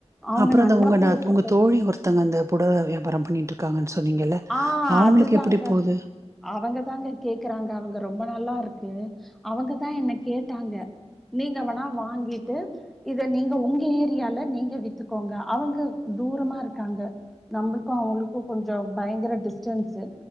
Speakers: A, in the centre; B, on the right (about 25°).
A: அவங்க
B: அப்புறம் அந்த
A: நல்லா
B: உங்க
A: போயிட்ருக்கு
B: உங்க தோழி ஒருத்தங்க அந்த புடவ வியாபாரம் பண்ணிட்டு இருக்காங்கன்னு சொன்னீங்கல்ல
A: ஆஹ்
B: அவங்களுக்கு
A: அதுதாங்க
B: எப்படி போகுது
A: அவங்க தாங்க கேக்குறாங்க அவங்க ரொம்ப நல்லா இருக்கு அவங்கதான் என்ன கேட்டாங்க நீங்க வேனா வாங்கிட்டு இத நீங்க உங்க ஏரியால நீங்க வித்துக்கோங்க அவங்க தூரமா இருக்காங்க நம்மளுக்கும் அவங்களுக்கும் கொஞ்சம் பயங்கர டிஸ்டன்ஸு